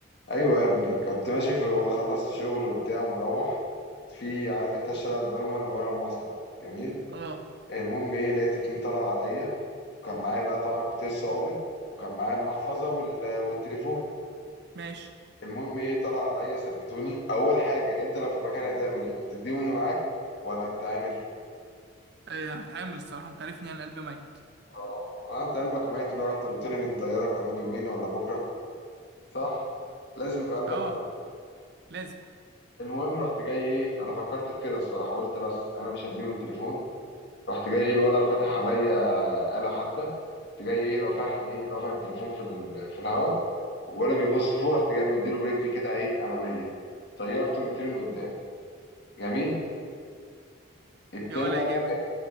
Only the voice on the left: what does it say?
ايوه يا ابني كنت ماشي في وخلصت شغل وبتاع ومروح في عارف انت الشارع الضلمه اللي ورا المصنع جميل
المهم ايه لقيت اتنين طلعوا عليا وكان معايا بقى طبعا كنت لسه قابض وكان معايا المحفظه وال... والتليفون
المهم ايه طلعوا عليا ثبتوني اول حاجه انت لو في مكاني هتعمل ايه هتديهم اللي معاك ولا هتتعامل
اه آه، انت قلبك ميت ان انا رحت قلت لي من طياره كمان يومين ولا بكره صح لازم يكون قلبك
ميت
المهم رحت جاي ايه انا فكرت في كده الصراحه قلت بس انا مش هديهم التليفون رحت جاي ايه الولا فاتح عليا آلة حادة رحت جاي ايه رافعها ايه رافع التليفون في ال... في الهوا ولا بيبص فوق رحت جاي مديله برجلي كده ايه اماميه طيرته مترين قدام جميل التاني
بقى
داخل